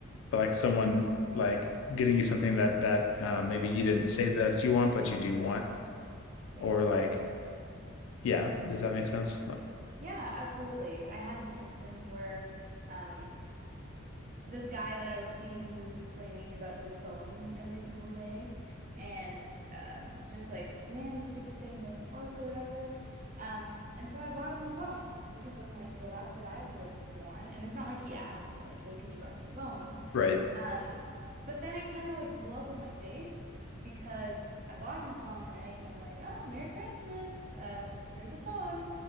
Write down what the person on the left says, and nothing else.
But like someone like getting you something that that uh, maybe you didn't say that you want, but you do want.
Or like yeah, does that make sense?
Right.